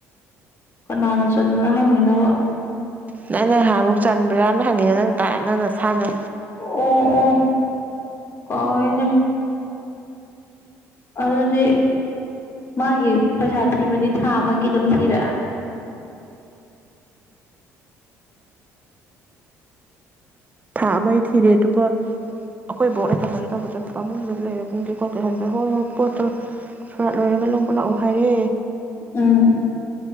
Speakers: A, on the left; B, on the right.
A: ꯀꯅꯥꯅ ꯆꯟꯕ꯭ꯔꯥ ꯍꯪꯉꯤꯅꯣꯕ
B: ꯅꯪ ꯅꯪꯍꯥꯟ ꯑꯃꯨꯛ ꯆꯟꯕ꯭ꯔꯥꯅ ꯍꯪꯉꯤꯅꯣ ꯅꯪ ꯇꯥꯏ ꯅꯪꯅ ꯁꯥꯟꯅ
A: ꯑꯣ ꯑꯣ ꯀꯅꯦ ꯑꯗꯨꯗꯤ ꯃꯥꯒꯤ ꯄꯩꯁꯥ ꯊꯤꯕꯗꯤ ꯊꯥ ꯑꯃꯒꯤ ꯑꯗꯨꯝ ꯊꯤꯔꯑꯦ
B: ꯊꯥ ꯑꯃꯒꯤ ꯊꯤꯔꯦ ꯑꯗꯨꯒ ꯑꯩꯈꯣꯏ ꯕꯥꯎ ꯂꯩ ꯊꯕ ꯇ ꯆꯠ ꯄꯥꯃꯨꯡꯗꯨ ꯂꯩꯔꯒꯨꯝꯒꯦ ꯈꯣꯠꯀꯦ ꯍꯥꯏꯕ ꯍꯣꯏ ꯍ ꯄꯣꯠꯇꯣ ꯐꯔꯥ ꯂꯣꯏꯔꯒ ꯂꯧꯕ ꯂꯥꯛꯑꯣ ꯍꯥꯏꯔꯦ
A: ꯎꯝ